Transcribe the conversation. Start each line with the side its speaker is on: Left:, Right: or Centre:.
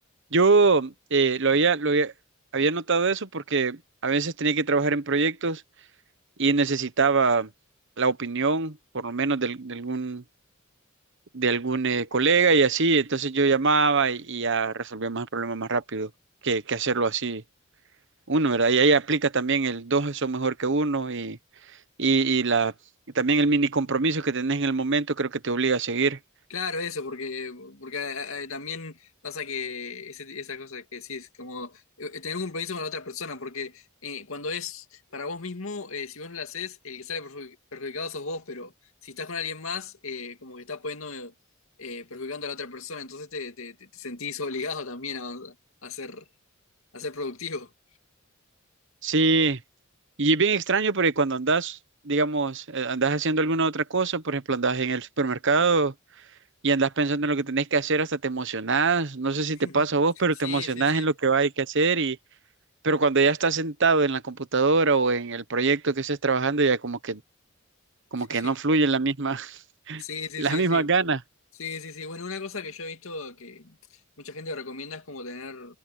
Right: Yo eh, lo había, lo había, había notado eso porque a veces tenía que trabajar en proyectos y necesitaba la opinión, por lo menos del- de, algún, de algún eh, colega y así. Entonces yo llamaba y, y ya resolvíamos el problema más rápido que, que hacerlo así uno, ¿verdad? Y ahí aplica también el dos son mejor que uno y, y, y la, y también el mini compromiso que tenés en el momento creo que te obliga a seguir.
Left: Claro, eso, porque, porque ah, ah, también pasa que ese, esa cosa que decís, como eh, eh, tener un compromiso con la otra persona, porque eh, cuando es para vos mismo, eh, si vos no lo haces, el que sale perju- perjudicado sos vos, pero si estás con alguien más, eh, como que estás poniendo, eh, perjudicando a la otra persona, entonces te, te- te- te sentís obligado también a, a ser, a ser productivo.
Right: Sí, y es bien extraño porque cuando andas, digamos, eh, andas haciendo alguna otra cosa, por ejemplo, andas en el supermercado y andas pensando en lo que tenés que hacer, hasta te emocionás, no sé si
Left: <laughs>
Right: te pasa a vos, pero
Left: Sí,
Right: te emocionás
Left: sí, sí.
Right: en lo que va a que hacer y pero cuando ya estás sentado en la computadora o en el proyecto que estés trabajando ya como que como
Left: <laughs>
Right: que no fluyen la misma <laughs>
Left: Sí, sí,
Right: las
Left: sí,
Right: mismas
Left: sí.
Right: ganas.
Left: Sí, sí, sí. Bueno, una cosa que yo he visto que mucha gente recomienda es como tener